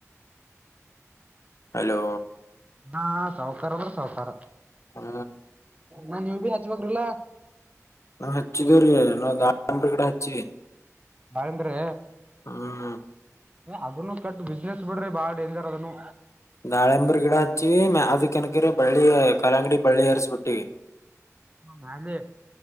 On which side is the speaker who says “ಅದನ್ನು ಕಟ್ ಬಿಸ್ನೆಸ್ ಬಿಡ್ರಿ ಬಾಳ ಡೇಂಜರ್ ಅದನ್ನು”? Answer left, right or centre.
Right